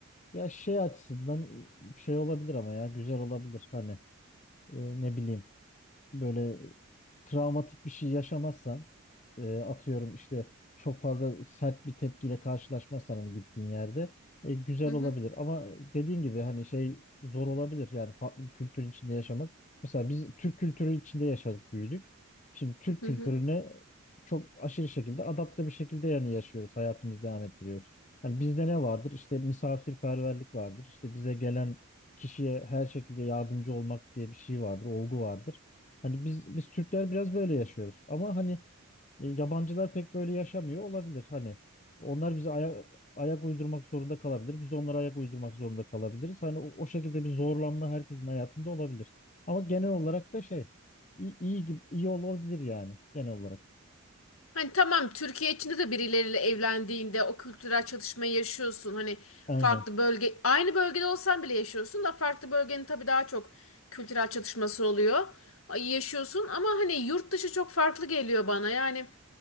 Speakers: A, on the left (about 35°); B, on the left (about 70°).
A: ya şey açısından şey olabilir ama ya güzel olabilir hani e, ne bileyim böyle travmatik bir şey yaşamazsan e, atıyorum işte çok fazla sert bir tepkiyle karşılaşmazsan hani gittiğin yerde e, güzel
B: Hı hı.
A: olabilir. Ama dediğin gibi hani şey zor olabilir yani farklı bir kültürün içinde yaşamak. Mesela biz Türk kültürü içinde yaşadık büyüdük. Şimdi Türk
B: Hı
A: kültürüne
B: hı.
A: çok aşırı şekilde adapte bir şekilde yani yaşıyoruz. Hayatımızı devam ettiriyoruz. Hani bizde ne vardır? İşte misafirperverlik vardır. İşte bize gelen kişiye her şekilde yardımcı olmak diye bir şey vardır, olgu vardır. Hani biz biz Türkler biraz böyle yaşıyoruz. Ama hani e, yabancılar pek böyle yaşamıyor olabilir. Hani onlar bize aya- ayak uydurmak zorunda kalabilir. Biz onlara ayak uydurmak zorunda kalabiliriz. Hani o, o şekilde bir zorlanma herkesin hayatında olabilir. Ama genel olarak da şey iyi, iyi gibi iyi olabilir yani genel olarak.
B: Hani tamam Türkiye içinde de birileriyle evlendiğinde o kültürel çatışmayı yaşıyorsun. Hani
A: Aynen.
B: farklı bölge aynı bölgede olsan bile yaşıyorsun da farklı bölgenin tabii daha çok kültürel çatışması oluyor. Ay, Yaşıyorsun ama hani yurt dışı çok farklı geliyor bana. Yani